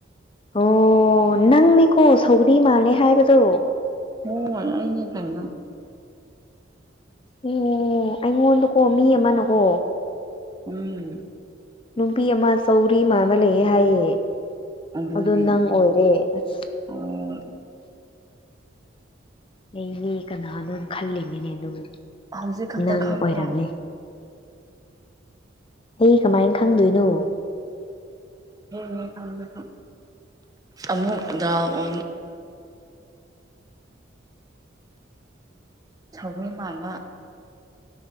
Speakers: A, on the left; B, on the right.
A: ꯑꯣ ꯅꯪꯅꯦꯀꯣ ꯁꯧꯒꯔꯤ ꯃꯥꯜꯂꯦ ꯍꯥꯏꯕꯗꯣ
B: ꯍꯣꯏ ꯑꯩꯅꯦ ꯀꯥꯏꯅ
A: ꯑꯣ ꯑꯩꯉꯣꯟꯗꯀꯣ ꯃꯤ ꯑꯃꯅꯀꯣ
B: ꯎꯝ
A: ꯅꯨꯄꯤ ꯑꯃ ꯆꯧꯔꯤ ꯑꯃ ꯑꯃ ꯂꯩꯌꯦ ꯍꯥꯏꯌꯦ
B: ꯑꯗꯨꯅꯦ
A: ꯑꯣ ꯅꯪ ꯑꯣꯏꯔꯦ ꯑꯁ
B: ꯑꯣ
A: ꯑꯩꯗꯤ ꯀꯅꯥꯅꯣ ꯈꯜꯂꯤꯉꯤꯅꯦ ꯑꯗꯨꯕꯨ
B: ꯍꯧꯖꯤꯛ ꯈꯛꯇ
A: ꯅꯪ
B: ꯈꯪꯕ꯭ꯔꯣ
A: ꯑꯣꯏꯔꯝꯃꯦ ꯑꯩ ꯀꯃꯥꯏꯅ ꯈꯪꯗꯣꯏꯅꯣ
B: ꯌꯦꯅꯤ ꯌꯦ ꯀꯥꯟꯣ ꯑꯃꯃꯨꯗ ꯑꯣ ꯁꯥꯎꯒꯔꯤ ꯃꯥꯥꯟꯕ